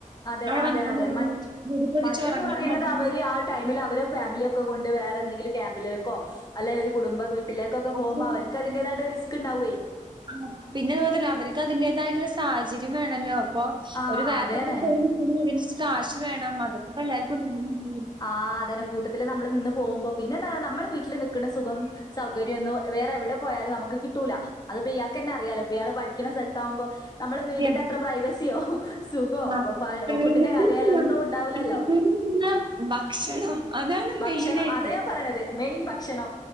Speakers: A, on the left; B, on the right.
A: അതെ
B: മഴ
A: അതെ
B: വന്നാ
A: അതെ
B: മതി,
A: മറ്റ്
B: മൂടി പൊതച്ച്
A: മറ്റന്ന്
B: ഉറങ്ങിയാ
A: പറയ്ണത്
B: മതി.
A: അവര് ആ ടൈമില് അവരെ ഫാമിലിയെക്കെ കൊണ്ട് വേറെ എന്തെങ്കിലും ക്യാമ്പിലേക്കോ അല്ലെ ഒര് കുടുംബ വീട്ടിലേക്കൊക്കെ
B: പക്ഷെ
A: പോവ്മ്പോ അവർക്ക് അതിന്റെതായിട്ടൊര് റിസ്ക് ഇണ്ടാവേ
B: ആഹ് പിന്നെ അത് മാത്രല്ല അവർക്ക് അതിന്റേതായിട്ടുള്ള സാഹചര്യം വേണല്ലോ അപ്പൊ
A: ആ
B: ഒരു വേറെ
A: അതാണ്
B: സ്ഥലത്ത്ക്ക് പോയി നിക്കണങ്കി അതിനനുസരിച്ചു കാശ് വേണം അതൊക്കെ ഇപ്പല്ലാർക്കും വേണോന്നില്ലല്ലോ
A: ആഹ് അതന്നെ കൂട്ടത്തില് നമ്മള് നിന്ന് പോകുമ്പോ പിന്നെ പറഞ്ഞ നമ്മളെ വീട്ടില് നിക്ക്ണ സുഖം, സൗകര്യന്നും വേറെ എവിടെ പോയാലും നമുക്ക്‌ കിട്ടൂല അത്പ്പോ ഇയാക്കന്നെ അറിയാലോ ഇയാള് പഠിക്ക്ണ സ്ഥലത്താവുമ്പോ നമ്മള് വീടിന്റെ
B: ശരിയാണ്.
A: അത്ര പ്രൈവസിയോ സുഖോ
B: ആഹ്
A: അപ്പൊ
B: പ്രൈവസിയൊന്നുമില്ല.
A: ഫുഡ്‌ന്റെ കാര്യായാലോ ഒന്നും ഉണ്ടാവൂല്ലല്ലോ.
B: <unintelligible> ഭക്ഷണം അതാണ്
A: ഭക്ഷണം
B: മെയിനായിട്ട്
A: അതാ ഞാൻ പറയണത് മെയിൻ ഭക്ഷണം